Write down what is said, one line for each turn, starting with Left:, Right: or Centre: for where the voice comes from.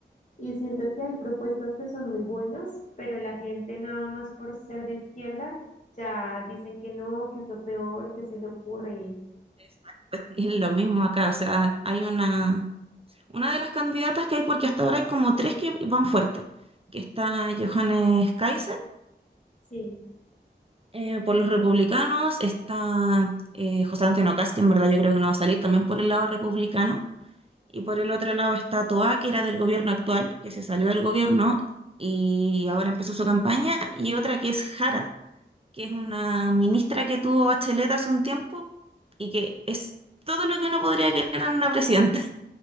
Left: Y siento que hay propuestas que son muy buenas, pero la gente nada más por ser de izquierda ya dicen que no, que es lo peor, que se le ocurre. y-
Right: Exacto. <laughs> Es lo mismo acá, o sea, hay una, una de las candidatas que hay, porque hasta ahora hay como tres que van fuerte, que está Johannes Kaiser
Left: Sí.
Right: eh, por los republicanos, está eh, José Antonio Kast, que en verdad yo creo que no va a salir también por el lado republicano, y por el otro lado está Toá, que era del gobierno actual, que se salió del gobierno y ahora empezó su campaña, y otra que es Jara, que es una ministra que tuvo Bachelet hace un tiempo y que es todo lo que uno podría querer en una presidenta.